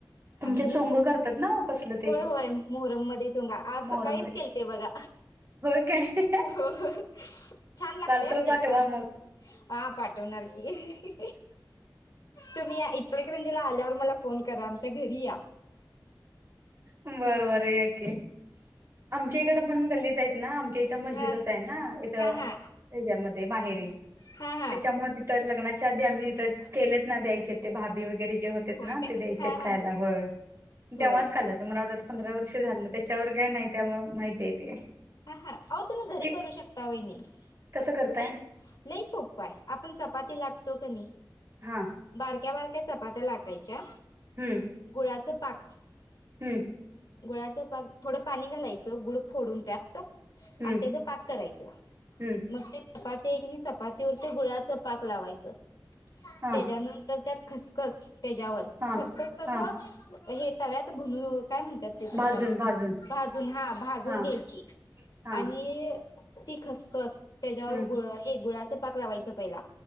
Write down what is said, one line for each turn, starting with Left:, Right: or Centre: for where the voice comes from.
Right: तुमच्यात
Left: आणि
Right: सोंगं करतात ना वो कसलं ते
Left: होय होय... मोहरम मध्ये चुंगा... आज सकाळीच
Right: मोहरम
Left: केलते बघा
Right: होय काय
Left: हो... छान लागतंय
Right: पार्सल पाठवा
Left: ते पण
Right: मग
Left: हा... पाठवणार की... तुम्ही या इचलकरंजी ला... आल्यावर मला फोन करा... आमच्या घरी या
Right: बरं बरं... ये की.... आमच्या इकडं पण गल्लीत हेत ना ते इथं मस्जिदच
Left: हा
Right: ए ना... इथं...
Left: हा हा
Right: त्याच्यामध्ये माहेरी...
Left: हा हा
Right: त्याच्यामधे तर लग्नाच्या आधी... आम्ही इथं... केलेत ना... द्यायचेत ते भाभी वगैरे जे होतेत
Left: होय
Right: ना...
Left: काय
Right: ते द्यायचे
Left: हा
Right: खायला..
Left: हा
Right: होय मी
Left: होय
Right: तेव्हाच खाल्लं होतं... तर मला वाटतं पंधरा वर्ष झालं... त्याच्यावर काय नाही... त्यामुळे माहितीए ते
Left: हा हा.. आवो... तुम्ही घरी
Right: ते
Left: करू शकता वैनी...
Right: कसं करताय
Left: लई.. लई सोपं पाय... आपण चपाती लाटतो क नई
Right: हां.
Left: बारक्या बारक्या चपात्या लाटायच्या
Right: हुं.
Left: गुळाचं पाक
Right: हूं
Left: गुळाचं पाक... थोडं पाणी घालायचं.. गुड फोडून त्यात तूप
Right: हम्म
Left: आणि त्याचं पाक करायचं...
Right: हम्म
Left: मग ते चपाती ए की नई... चपातीवर... ते गुळाचं पाक लावायचं...
Right: हा
Left: त्याच्यानंतर त्यात खसखस... त्याच्यावर...
Right: हा
Left: खसखस कसं...
Right: हा
Left: हे तव्यात भुनून.. काय म्हणत तात.. ते तुमच्याकडं...
Right: भाजून भाजून
Left: भाजून... हा भाजून
Right: हा
Left: घ्यायची...
Right: हा
Left: आणि तीळ, ती खसखस... त्याच्यावर
Right: हम्म
Left: गुळ... हे गुळाचं पाक लावायचं पहिला